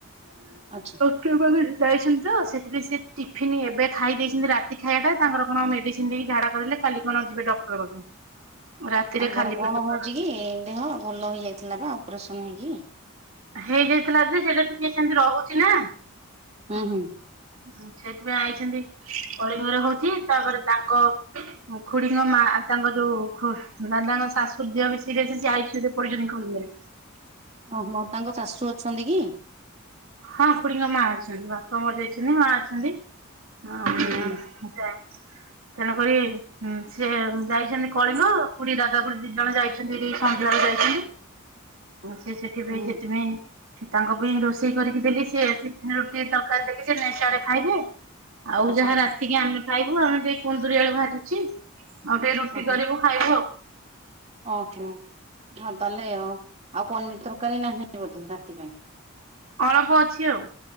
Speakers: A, on the right; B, on the right.
A: ଅଛି।
B: <unintelligible> କିଏ କହିବେ ଯାଇଛନ୍ତି ତ ସେଥିପାଇଁ ସେ ଟିଫନ୍ ଏବେ ଖାଇ ଦେଇେଇଛନ୍ତି ରାତି ଖାଇବାଟା ତାଙ୍କର କଣ ମେଡିସିନ୍ ପିନ୍ଧିକି ଝାଡ଼ା କରେଇଲେ କାଲି କଣ ଯିବେ ଡକ୍ଟର ପାଖକୁ। ରାତିରେ
A: ତାଙ୍କର
B: ଖାଲି
A: କଣ
B: ପେଟକୁ
A: ହୋଉଛି କି ଦେହ? ଭଲ ହେଇଯାଇଥିଲା ବା ଅପରେସନ ହେଇକି।
B: ହେଇଯାଇଥିଲା ଯେ ସେଇଟା ଟିକେ ସେମିତି ରହୁଛି ନା।
A: ହୁଁ
B: ହଁ।
A: ହୁଁ
B: ସେଥିପାଇଁ ଆଇଛନ୍ତି କଳିଙ୍ଗରେ ହୋଉ କି ତାପରେ ତାଙ୍କ ଖୁଡ଼ିଙ୍କ ମା ତାଙ୍କ ଯୋଉ ଖୁ ଦାଦାଙ୍କ ଶାଶୁ ଦେହ ବି ସିରେସ୍, ସେ ଆଇ ସି ଇଉ ରେ ପଡିଛନ୍ତି ଖୁଡ଼ି
A: ଓହୋ ତାଙ୍କ ଶାଶୁ ଅଛନ୍ତି କି?
B: ହଁ ଖୁଡିଙ୍ଗ ମା ଅଛନ୍ତି, ବାପା ମରିଯାଇଛନ୍ତି, ମା ଅଛନ୍ତି। ହଁ।
A: ହୁଁ ହୁଁ।
B: ସୋ <unintelligible> ତେଣୁକରିଁ ସେ ଯାଇଛନ୍ତି କଳିଙ୍ଗ ଖୁଡି ଦାଦା ଖୁଡୀ ଦି ଜଣ ଯାଇ ଏଠି ସନ୍ଧ୍ୟାବେଳୁ ଯାଇଛନ୍ତି। ସେ ସେଥିପାଇଁ
A: ହୁଁ
B: ସେଠି ନାଇଁ ତାଙ୍କ ପାଇଁ ରୋଷେ ରୋଷେଇ କରିକି ଦେଲି ସେ ଏଥି ରୁଟି ତରକାରୀ ଦେଲି ଯେ ନେଇ ସେଆଡ଼େ ଖାଇବେ। ଆଉ
A: ଆଚ୍ଛା
B: ଯାହା
A: ଆଚ୍ଛା
B: ରାତିକି ଆମେ ଖାଇବୁ, ଆମେ ଯାଇ କୁନ୍ଦୁରି ଆଳୁ ଭାଜୁଛି। ଆଉ ଟିକେ ରୁଟି
A: ଓହୋ
B: କରିବୁ ଖାଇବୁ ଆଉ।
A: ଓହୋ। ହଁ ତାହେଲେ ଆଉ, ଆଉ ପନିର୍ ତରକାରୀ ନାହିଁ ବୋଧେ ରାତି ପାଇଁ?
B: ଅଳପ ଅଛି ଆଉ।